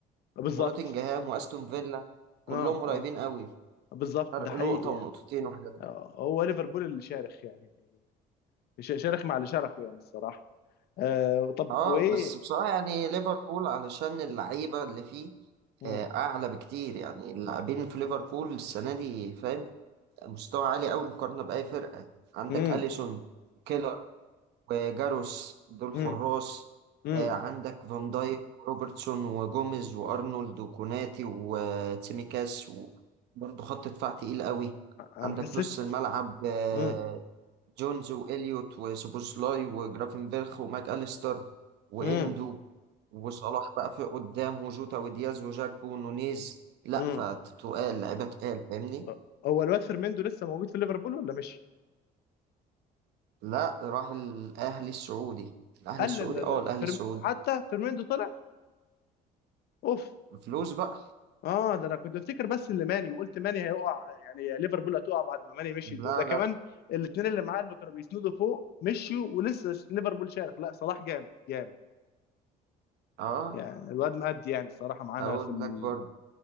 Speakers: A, on the left (about 70°); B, on the right (about 80°).
A: آه، بالظبط
B: ونوتنجهام وأستون فيلا كلهم
A: اه
B: قريبين
A: اه
B: قوي
A: بالظبط
B: فرق
A: ده حقيقي
B: نقطة
A: يعني
B: ونقطتين وحاجات
A: آه هو ليفربول اللي شارخ يعني ش- شارخ مع اللي شرخه يعني الصراحه آه طب
B: اه
A: وايه
B: بس بصراحة يعني ليفربول علشان اللعيبة اللي فيه
A: مم.
B: آه، أعلى بكتير يعني اللاعبين في ليفربول السنة دي فاهم مستوى عالي أوي مقارنة بأي فرقة عندك
A: مم.
B: أليسون كيلر وجاروس دول
A: مم.
B: حراس
A: مم.
B: آه، عندك فان دايك وروبرتسون وجوميز وارنولد وكوناتي وتيميكاس وبرضه خط دفاع تقيل قوي
A: انا
B: عندك
A: حسيت
B: نص الملعب آه،
A: مم.
B: جونز وإليوت وسوبوسلاي وجرافنبرخ وماك أليستر وإندو
A: مم.
B: وصلاح بقى في قدام وجوتا ودياز وجاكبو ونونيز لا
A: مم.
B: فتقال لعيبة تقال فاهمني
A: آه، هو الواد فيرميندو لسه موجود في ليفربول ولا مش؟
B: لا راح الأهلي السعودي الأهلي
A: لا
B: السعودي
A: لا لا
B: اه
A: لا
B: الأهلي
A: فيرم...
B: السعودي
A: حتى فيرميندو طلع اوف
B: فلوس بقى
A: اه ده انا كنت بفتكر بس اللي ماني وقلت ماني هيقع يعني ليفربول هتقع بعد ما ماني مشي ده,
B: لا
A: ده كمان
B: لا
A: الاثنين اللي معاه اللي كانوا بيسندوا فوق مشيوا ولسه ليفربول شارخ لا صلاح جامد جامد
B: اه
A: يعني الواد مأدي يعني الصراحة معانا
B: اقول
A: في ال
B: لك برضه